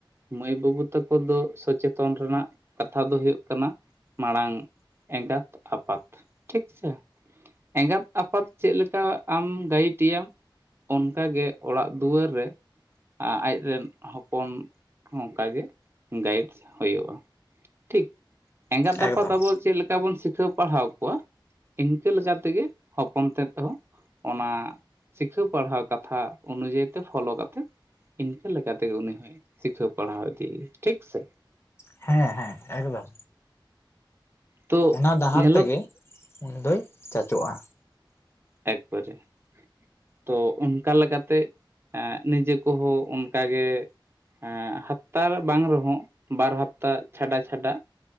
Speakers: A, on the right; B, on the left.
A: ᱢᱟᱹᱭ ᱵᱟᱹᱵᱩ ᱛᱟᱠᱚ ᱫᱚ ᱥᱚᱪᱮᱛᱚᱱ ᱨᱮᱱᱟᱜ ᱠᱟᱛᱷᱟ ᱫᱚ ᱦᱳᱭᱳᱜ ᱠᱟᱱᱟ ᱢᱟᱲᱟᱝ ᱮᱸᱜᱟᱛ ᱟᱯᱟᱛ ᱴᱷᱤᱠ ᱥᱮ? ᱮᱸᱜᱟᱛ ᱟᱯᱟᱛ ᱪᱮᱫ ᱞᱮᱠᱟ ᱟᱢ ᱜᱟᱭᱤᱴ ᱮᱭᱟᱢ ᱚᱱᱠᱟᱟᱜ ᱜᱮ ᱚᱲᱟᱜ ᱫᱩᱣᱟᱹᱨ ᱨᱮ ᱟ ᱟᱡᱨᱮᱱ ᱦᱚᱯᱚᱱ ᱦᱚᱸ ᱚᱱᱠᱟ ᱜᱮ ᱜᱟᱭᱤᱰᱥ ᱦᱳᱭᱳᱜᱼᱟ᱾ ᱴᱷᱤᱠ ᱮᱸᱜᱟᱛ
B: ᱮᱠᱫᱚᱢ
A: ᱟᱯᱟᱛ ᱟᱵᱚ ᱪᱮᱫᱞᱠᱟ ᱵᱚᱱ ᱥᱤᱠᱷᱟᱹᱣ ᱯᱟᱲᱦᱟᱣ ᱠᱚᱣᱟ ᱤᱱᱠᱟᱹ ᱞᱮᱠᱟ ᱛᱮᱜᱮ ᱦᱚᱯᱚᱱ ᱛᱮᱫ ᱦᱚᱸ ᱚᱱᱟ ᱥᱤᱠᱷᱟᱹᱣ ᱯᱟᱲᱦᱟᱣ ᱠᱟᱛᱷᱟ ᱚᱱᱩᱡᱟᱭᱤ ᱛᱮ ᱯᱷᱚᱞᱳ ᱠᱟᱛᱮ ᱤᱱᱠᱟᱹ ᱞᱮᱠᱟᱛᱮᱜᱮ ᱩᱱᱤ ᱦᱚᱭ ᱥᱤᱠᱷᱟᱹᱣ ᱯᱟᱲᱦᱟᱣ ᱤᱫᱤᱭ ᱭᱟ ᱴᱷᱤᱠ ᱥᱮ?
B: ᱦᱮᱸ ᱦᱮᱸ ᱮᱠᱫᱚᱢ᱾
A: ᱛᱚ
B: ᱚᱱᱟ ᱰᱟᱦᱟᱨ
A: ᱧᱮᱞᱚᱜ
B: ᱛᱮᱜᱮ ᱩᱱᱤ ᱫᱚᱭ ᱪᱟᱪᱳᱜᱼᱟ᱾
A: ᱮᱠᱵᱟᱹᱨᱮ᱾ ᱛᱚ ᱚᱱᱠᱟ ᱞᱮᱠᱟᱛᱮ ᱮᱸ ᱱᱤᱡᱮ ᱠᱚᱦᱚᱸ ᱚᱱᱠᱟᱜᱮ ᱮᱸ ᱦᱟᱯᱛᱟ ᱵᱟᱝ ᱨᱮᱦᱚᱸ ᱵᱟᱨ ᱦᱟᱯᱛᱟ ᱪᱷᱟᱰᱟ ᱪᱷᱟᱰᱟ